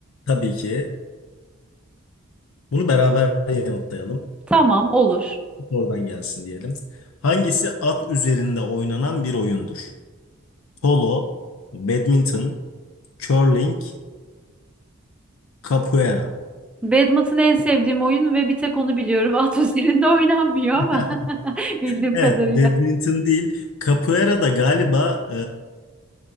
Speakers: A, on the left; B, in the centre.
A: Tabii ki. Bunu beraber yanıtlayalım.
B: Tamam, olur.
A: Oradan gelsin diyelim. Hangisi at üzerinde oynanan bir oyundur? Polo, badminton, curling, capoeira.
B: Badminton en sevdiğim oyun ve bir tek onu biliyorum. <laughs> At üzerinde oynanmıyor
A: <laughs>
B: ama <laughs> bildiğim
A: Evet,
B: kadarıyla.
A: badminton değil. Capoeira da galiba